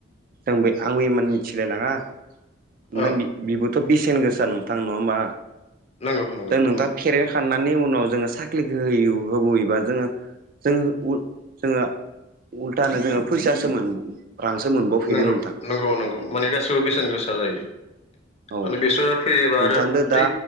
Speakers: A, on the right (about 45°); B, on the left (about 30°).
A: आंबे आंबो इमान मिथिलाय लाङा। नोंथां
B: ओं
A: बे-बेबोथ' बेसेन गोसा नोंथां नङा होमबा?
B: नंगौ नंगौ
A: दा नोंथां
B: ओं
A: फेरेद खाननानै उनाव जोङो साख्लिखौ होयु होबावयोबा जोङो जों उ जोङो उल्थानो जोङो फैसासो मोनबावो रांसो मोनबावफिनो
B: नंगौ
A: नोंथां।
B: नंगौ नंगौ माने गासैबो बेसेन गोसा जायो।
A: औ
B: माने बेसरा फैयोबा
A: नोंथांदो
B: आरो
A: दा
B: बै